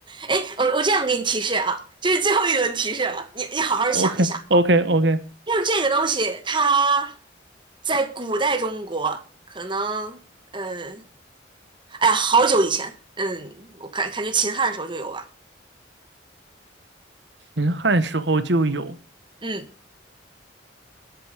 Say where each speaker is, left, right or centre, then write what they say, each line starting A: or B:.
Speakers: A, on the right (about 25°); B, on the right (about 65°).
A: 哎，我我这样给你提示啊，这是最后一轮提示了，你你好好想一想。
B: ，OK OK OK，
A: 因为这个东西，它在古代中国可能，嗯，哎呀好久以前，嗯，我感感觉秦汉的时候就有吧，
B: 秦汉时候就有，
A: 嗯，